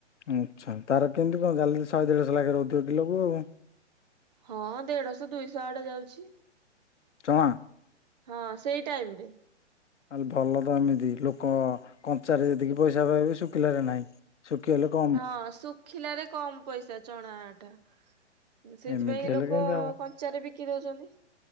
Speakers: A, on the left; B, on the right.
A: ଆଛା ତାର କେମିତି କଣ ଚାଲି ଶହେ ଦେଢଶହ ଲାଖେ ରହୁଥିବ କିଲକୁ ଆଉ।
B: ହଁ ଦେଢଶହ ଦୁଇଶହ ଆଡେ ଯାଉଛି।
A: ଚଣା?
B: ହଁ ସେଇ ଟାଇମରେ।
A: ଆଲ ଭଲ ତ ଏମିତି ଲୋକ କଞ୍ଚାରେ ଯେତିକି ପଇସା ପାଇବେ ଶୁଖିଲାରେ ନାହିଁ। ଶୁଖିଗଲେ କ
B: ହଁ ଶୁଖିଲାରେ କମ ପଇସା ଚଣା ଆ ଟା। ସେଇଥିପାଇଁ
A: ଏମିତି ହେଲେ
B: ଲୋକ
A: କେମିତି ହବ
B: କଞ୍ଚାରେ ବିକି ଦଉଛନ୍ତି।